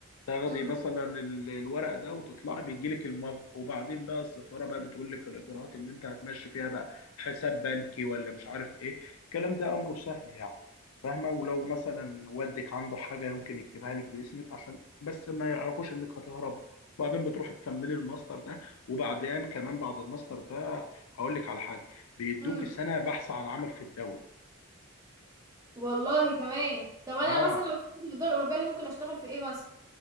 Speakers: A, on the left (about 80°); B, on the right (about 15°).
A: تاخدي
B: مم.
A: مثلا ال- الورق ده وتطلعي بيجي لك الموافقه وبعدين بقى السفاره بقى بتقول لك الاجراءات اللي انت هتمشي فيها بقى حساب بنكي ولا مش عارف ايه الكلام ده امره سهل يعني فاهمه ولو مثلا والدك عنده حاجه يمكن يكتبها لك باسمك عشان بس ما يعرفوش انك هتهرب وبعدين بتروحي تكملي الماستر ده وبعدين كمان بعد الماستر ده هقول لك على حاجه بيدوكي
B: مم.
A: سنه بحث عن عمل في الدوله
B: والله كمان طب انا
A: اه
B: مثلا لو اشتغلت في الدول الاوروبية دي ممكن اشتغل في ايه مثلا